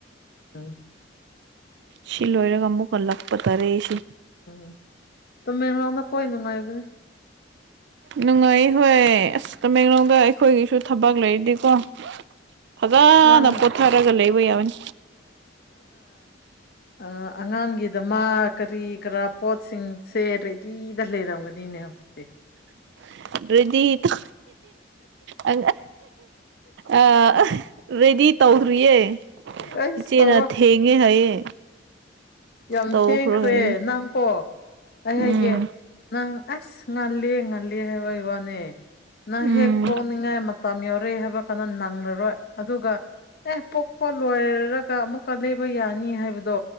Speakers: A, on the left; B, on the right.
A: ꯑ
B: ꯁꯤ ꯂꯣꯏꯔꯒ ꯑꯃꯨꯛ ꯍꯜꯂꯛꯄ ꯇꯥꯔꯦ ꯁꯤ
A: ꯎꯝ ꯇꯃꯦꯡꯂꯣꯡꯗ ꯀꯣꯏ ꯅꯨꯡꯉꯥꯏꯕꯅꯤ
B: ꯅꯨꯡꯉꯥꯏ ꯍꯣꯏ ꯑꯁ ꯇꯃꯦꯡꯂꯣꯡꯗ ꯑꯩꯈꯣꯏꯒꯤꯁꯨ ꯊꯕꯛ ꯂꯩꯗꯤꯀꯣ ꯐꯖꯅ
A: ꯅꯪ
B: ꯄꯣꯊꯥꯔꯒ ꯂꯩꯕ ꯌꯥꯕꯅꯤ
A: ꯑ ꯑꯉꯥꯡꯒꯤꯗ ꯃꯥ ꯀꯔꯤ ꯀꯔꯥ ꯄꯣꯠꯁꯤꯡꯁꯦ ꯔꯦꯗꯤꯗ ꯂꯩꯔꯝꯒꯅꯤ ꯅꯤꯅꯦ ꯍꯧꯖꯤꯛꯇꯤ
B: <unintelligible> ꯔꯗꯤ ꯇ ꯑ ꯑ ꯔꯦꯗꯤ ꯇꯧꯈ꯭ꯔꯤꯌꯦ
A: ꯑꯩꯁ
B: ꯏꯆꯦꯅ
A: ꯇꯧꯔꯣ
B: ꯊꯦꯡꯉꯦ ꯍꯥꯏꯌꯦ
A: ꯌꯥꯝ
B: ꯇꯧꯈ꯭ꯔꯣ
A: ꯊꯦꯡꯈ꯭ꯔꯦ
B: ꯍꯥꯏꯌꯦ
A: ꯅꯪꯀꯣ ꯑꯩ
B: ꯎꯝ
A: ꯍꯥꯏꯒꯦ ꯅꯪ ꯑꯁ ꯉꯜꯂꯤ ꯉꯜꯂꯤ ꯍꯥꯏꯕꯩ ꯋꯥꯅꯦ ꯅꯪ
B: ꯎꯝ
A: ꯍꯦꯛ ꯄꯣꯛꯅꯤꯡꯉꯥꯏ ꯃꯇꯝ ꯌꯥꯎꯔꯦ ꯍꯥꯏꯕ ꯀꯩꯅꯣ ꯅꯪꯂꯔꯣꯏ ꯑꯗꯨꯒ ꯑꯦ ꯄꯣꯛꯄ ꯂꯣꯏꯔꯒ ꯑꯃꯨꯛꯀ ꯕ ꯌꯥꯅꯤ ꯍꯥꯏꯕꯗꯣ